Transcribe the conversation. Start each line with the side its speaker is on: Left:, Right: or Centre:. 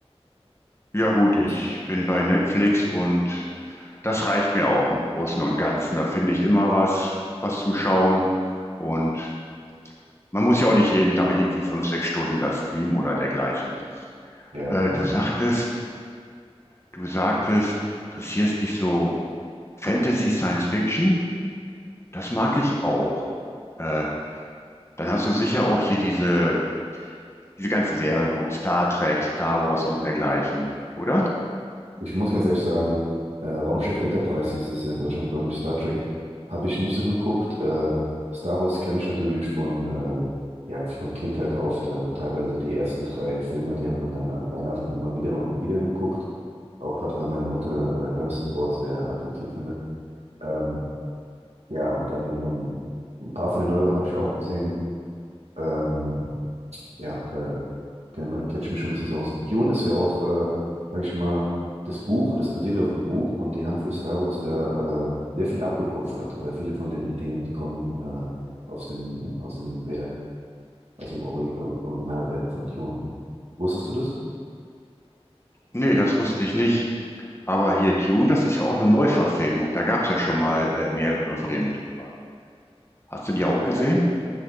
Left: Ja gut,
Right: Gibt's?
Left: ich bin bei Netflix und das reicht mir auch im Großen und Ganzen. Da finde ich immer was, was zum Schauen. Und Man muss ja auch nicht jeden Tag irgendwie fünf, sechs Stunden da streamen oder dergleichen.
Right: Ja,
Left: Äh,
Right: genau.
Left: du sagtest, du sagtest, interessierst dich so Fantasy, Science Fiction? Das mag ich auch. Äh, dann hast du sicher auch hier diese, diese ganzen Serien geguckt, Star Trek, Star Wars und dergleichen, oder?
Right: Ich muss ganz ehrlich sagen, äh, Raumschiff Enterprise hieß das ja in Deutschland, glaube ich, Star Trek, habe ich nicht so geguckt. Äh, Star Wars kenne ich natürlich von, äh, ja, von Kindheit auf. Da teilweise die ersten drei Filme, die hat man dann an Weihnachten immer wieder und wieder geguckt. Auch gerade, weil meine Mutter äh, Harrison Ford sehr attraktiv findet. Ähm, ja, und dann so ein ein paar von den neueren habe ich auch gesehen. Ähm, ja, da kenne kenn ich mich schon ein bisschen so aus. Dune ist ja auch, äh, sag ich mal, das Buch, das basiert ja auf dem Buch und die haben für Star Wars da äh, sehr viel abgekupfert oder viele von den Ideen, die kommen äh, aus dem, aus dem Werk, aus dem Ori Or- Originalwerk von Dune. Wusstest du das?
Left: Nee, das wusste ich nicht. Aber hier Dune, das ist ja auch eine Neuverfilmung. Da gab es ja schon mal äh, mehrere Filme drüber. Hast du die auch gesehen?
Right: Ja.